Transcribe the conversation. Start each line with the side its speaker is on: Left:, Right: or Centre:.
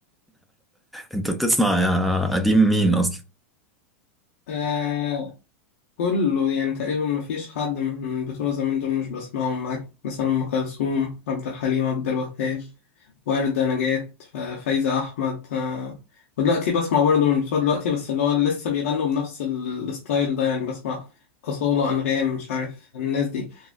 Centre: انت بتسمع يا قديم مين اصلا
Left: آه كله يعني تقريبا مفيش حد من بتوع زمان دول مش بسمعهم معاك مثلا أم كلثوم عبد الحليم عبد الوهاب وردة نجاة ف- فايزة أحمد آه، ودلوقتي بسمع برضه من بتوع دلوقتي بس اللي هو لسه بيغنوا بنفس ال- الستايل ده يعني بسمع أصالة أنغام مش عارف الناس دي